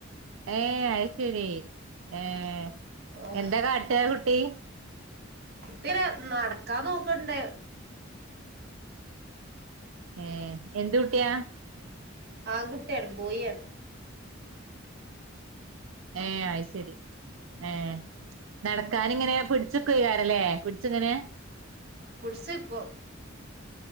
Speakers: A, on the right; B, on the right.
A: ഏ അത് ശരി ഏർ
B: ഓ
A: എന്താ കാട്ടുക കുട്ടി
B: കുട്ടീന നടക്കാ നോക്കണ്ട
A: ഏ എന്ത കട്ടിയാ
B: ആങ്ങുട്ടർ ബോയിർ
A: ഏ ആയി ശരി ഏ നടക്കാനിങ്ങനെ പിടിച്ചക്കയി കാരല്ലേ പിടിച്ചിങ്ങനെ
B: പുൂടസിിക്ക